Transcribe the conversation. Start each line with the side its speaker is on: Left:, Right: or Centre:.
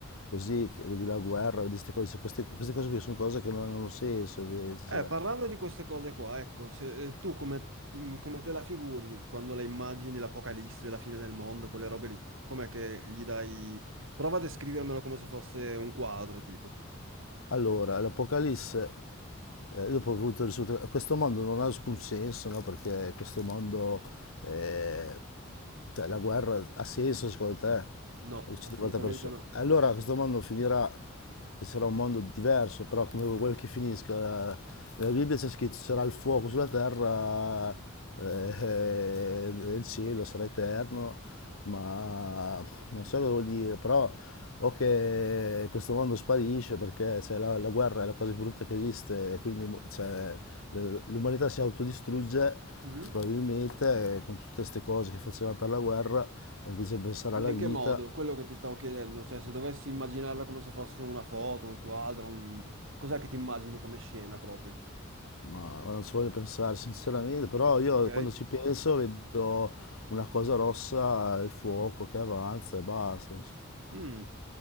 Left: così, che vedi la guerra, vedi queste cose, queste, queste cose che sono cose che non hanno senso invece.
Right: Eh,
Left: cioè.
Right: parlando di queste cose qua, ecco, se, eh, tu come, mm, come te la figuri quando le immagini l'apocalisse, la fine del mondo, quelle robe lì? Com'è che gli dai... Prova a descrivermelo come se fosse un quadro, tipo.
Left: Allora, l'Apocalisse eh, dopo che ho avuto il risultato, questo mondo non ha alcun senso, no? Perché questo mondo, eh, cioè la guerra ha senso secondo te?
Right: No,
Left: uccidere
Right: assolutamente
Left: un'altra persona.
Right: no.
Left: Allora questo mondo finirà e sarà un mondo diverso, però come quello che finisca, nella Bibbia c'è scritto sarà il fuoco sulla terra eh, e il cielo sarà eterno, ma non so cosa vuol dire, però o che questo mondo sparisce perché cioè, la, la guerra è la cosa più brutta che esiste e quindi mu- cioè, l- l'umanità si autodistrugge
Right: Mhm.
Left: probabilmente eh, con tutte queste cose che faceva per la guerra e invece pensare
Right: Ma
Left: alla
Right: in
Left: vita
Right: che modo? Quello che ti stavo chiedendo, cioè se dovessi immaginarla come se fosse una foto, un quadro, un... cos'è che ti immagini come scena proprio?
Left: Ma ora non ci voglio pensare sinceramente, però io
Right: Ok?
Left: quando ci penso vedo una cosa rossa, il fuoco che avanza e basta. non so.
Right: Mm.